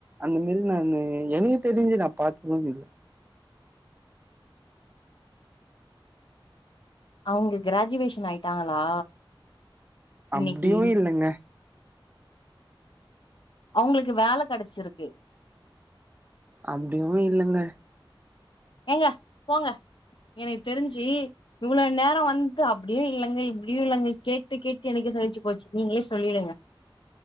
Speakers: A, on the right; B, on the left.
A: அந்த மேரி நானு எனக்கு தெரிஞ்சு நா பாத்ததுமில்ல
B: அவங்க கிராஜுவேஷன் ஆயிட்டாங்களா
A: அப்டியு
B: இன்னைக்கி
A: இல்லங்க
B: அவுங்களுக்கு வேல கெடைச்சிருக்கு
A: அப்டியு இல்லங்க
B: ஏங்க போங்க எனக்கு தெரிஞ்சு இவ்ளோ நேரோ வந்துட்டு அப்டியு இல்லங்க இப்டியு இல்லங்க கேட்டு கேட்டு எனக்கே சலுச்சு போச்சு நீங்களே சொல்லிடுங்க